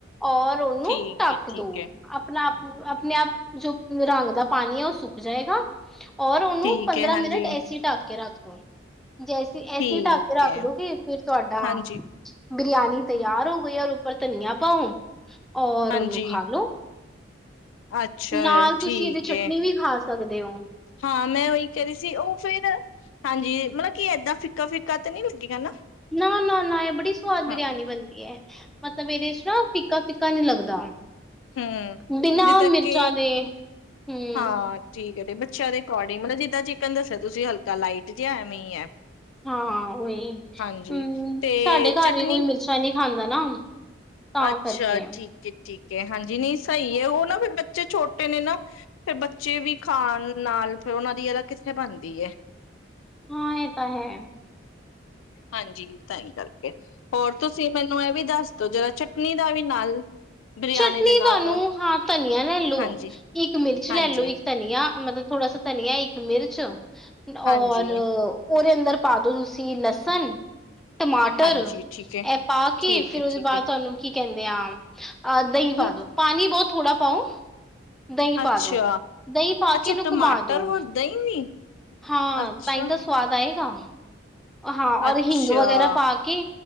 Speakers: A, in the centre; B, on the left.
A: ਔਰ ਉਹਨੂੰ
B: ਠੀਕ
A: ਢੱਕ
B: ਹੈ ਠੀਕ
A: ਦੋ
B: ਹੈ
A: ਆਪਣਾ ਆਪਣੇ ਆਪ ਜੋ ਰੰਗ ਦਾ ਪਾਣੀ ਹੈ ਉਹ ਸੁੱਕ ਜਾਏਗਾ। ਔਰ ਉਹਨੂੰ
B: ਠੀਕ
A: ਪੰਦਰਾਂ
B: ਹੈ ਹਾਂਜੀ
A: ਮਿੰਟ ਏਸੀ ਢੱਕ ਕੇ ਰੱਖ <unintelligible> ਜੈਸੀ ਐਸੀ
B: ਠੀਕ
A: ਢੱਕ ਕੇ ਰੱਖ
B: ਹੈ
A: ਦੋਗੇ ਫਿਰ ਤੁਹਾਡਾ
B: ਹਾਂਜੀ
A: ਬਰਿਆਨੀ ਤਿਆਰ ਹੋ ਗਈ ਔਰ ਉੱਪਰ ਧਨੀਆ ਪਾਓ, ਔਰ
B: ਹਾਂਜੀ
A: ਉਹਨੂੰ ਖਾ ਲੋੋ,
B: ਅੱਛਾ
A: ਨਾਲ
B: ਠੀਕ
A: ਤੁਸੀਂ ਇਹਦੀ
B: ਹੈ
A: ਚਟਨੀ ਵੀ ਖਾ ਸਕ ਸਕਦੇ ਔ,
B: ਹਾਂ ਮੈਂ ਉਹੀ ਕਹਿ ਰਹੀ ਸੀ ਉਹ ਫੇਰ ਹਾਂਜੀ ਮਤਲਬ ਕੀ ਏਦਾਂ ਫਿੱਕਾ ਫਿੱਕਾ ਤਾਂ ਨੀ ਲੱਗੇਗਾ ਨਾ,
A: ਨਾ-ਨਾ-ਨਾ ਇਹ ਬੜੀ ਸਵਾਦ
B: ਹਾਂ
A: ਬਰਿਆਨੀ ਬਣਦੀ ਐ ਮਤਲਬ ਇਹਦੇ ਚ ਨਾ ਫਿੱਕਾ ਫਿੱ ਪੱਕਾ ਨੀ ਲੱਗਦਾ।
B: ਹੂੰ,
A: ਬਿਨਾਂ
B: ਜਿੱਦਾਂ
A: ਮਿਰਚਾਂ
B: ਕਿ
A: ਦੇ ਹਮ
B: ਹਾਂ ਠੀਕ ਹੈ। ਬੱਚਿਆਂ ਦੇ ਅਕੋਰਡਿੰਗ ਮਤਲਬ ਜਿੱਦਾਂ ਚਿਕਨ ਦੱਸਿਆ ਤੁਸੀਂ ਹਲਕਾ ਲਾਈਟ ਜਿਹਾ ਐਵੇਂ ਹੈ।
A: ਹਾਂ ਉਹੀ
B: ਹਾਂਜੀ
A: ਹੂੰ
B: ਤੇ
A: ਸਾਡੇ ਘਰ
B: ਚਟਨੀ
A: ਵੀ ਕੋਈ ਮਿਰਚਾਂ ਨੀ ਖਾਂਦਾ ਨਾ। ਤਾਂ
B: ਅੱਛਾ
A: ਕਰਕੇ
B: ਠੀਕ ਹੈ ਠੀਕ, ਹਾਂਜੀ ਨਹੀਂ ਸਹੀ ਹੈ ਉਹ ਨਾ ਫੇਰ ਬੱਚੇ ਛੋਟੇ ਨੇ ਨਾ ਫੇਰ ਬੱਚੇ ਵੀ ਖਾਣ ਨਾਲ ਫਿਰ ਉਹਨਾਂ ਦੀ ਇਹਦਾ ਕਿੱਥੇ ਬਣਦੀ ਹੈ।
A: ਹਾਂ ਇਹ ਤਾਂ ਹੈ।
B: ਹਾਂਜੀ ਤਾਂ ਹੀ ਕਰਕੇ ਹੋਰ ਤੁਸੀਂ ਮੈਨੂੰ ਇਹ ਵੀ ਦੱਸ ਦੋ ਜਿਹੜਾ ਚਟਨੀ ਦਾ ਵੀ ਨਾਲ ਬਰਿਆਨੀ
A: ਚਟਨੀ
B: ਦੇ ਨਾਲ
A: ਤੁਹਾਨੂੰ
B: ਮਤਲਬ
A: ਹਾਂ ਧਨੀਆ ਲੈ ਲੋ
B: ਹਾਂਜੀ,
A: ਇੱਕ ਮਿਰਚ
B: ਹਾਂਜੀ,
A: ਲੈ ਲੋ ਇੱਕ ਧਨੀਆ ਮਤਲਬ ਥੋੜਾ ਸਾ ਧਨੀਆ ਇੱਕ ਮਿਰਚ, ਔਰ
B: ਹਾਂਜੀ,
A: ਉਹਦੇ ਅੰਦਰ ਪਾਦੋ ਤੁਸੀਂ ਲਸਣ ਟਮਾਟਰ
B: ਹਾਂਜੀ ਠੀਕ ਹੈ,
A: ਇਹ ਪਾ ਕੇ
B: ਠੀਕ
A: ਫਿਰ
B: ਹੈ,
A: ਉਹਦੇ
B: ਠੀਕ
A: ਬਾਅਦ
B: ਹੈ।
A: ਤੁਹਾਨੂੰ ਕੀ ਕਹਿੰਦੇ ਆ, ਅਹ ਦਹੀਂ ਪਾ
B: ਹੂੰ,
A: ਦੋ ਪਾਣੀ ਬਹੁਤ ਥੋੜਾ ਪਾਓ, ਦਹੀਂ ਪਾ
B: ਅੱਛਾ
A: ਦੋ। ਦਹੀਂ ਪਾ
B: ਅੱਛਾ
A: ਕੇ ਇਹਨੂੰ
B: ਟਮਾਟਰ
A: ਘੁਮਾ ਦੋ
B: ਹੋਰ ਦਹੀਂ ਵੀ
A: ਹਾਂ
B: ਅੱਛਾ
A: ਤਾਂ ਹੀ ਤਾਂ ਸਵਾਦ ਆਏਗਾ ਹਾਂ
B: ਅੱਛਾ,
A: ਔਰ ਹਿੰਗ ਵਗੈਰਾ ਪਾ ਕੇ